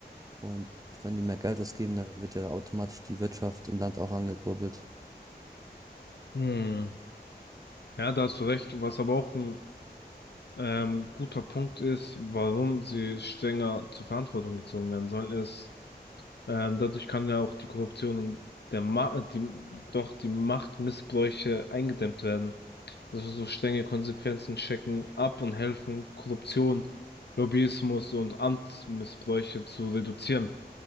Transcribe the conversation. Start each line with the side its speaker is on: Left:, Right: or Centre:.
Right: Und wenn die mehr Geld ausgeben, dann wird ja automatisch die Wirtschaft im Land auch angekurbelt.
Left: Hm. Ja, da hast du recht, was aber auch ein Ähm, guter Punkt ist, warum sie strenger zur Verantwortung gezogen werden sollen, ist, ähm, dadurch kann ja auch die Korruption und der Ma äh, die, doch die Machtmissbräuche eingedämmt werden. Also so strenge Konsequenzen checken ab und helfen, Korruption, Lobbyismus und Amtsmissbräuche zu reduzieren.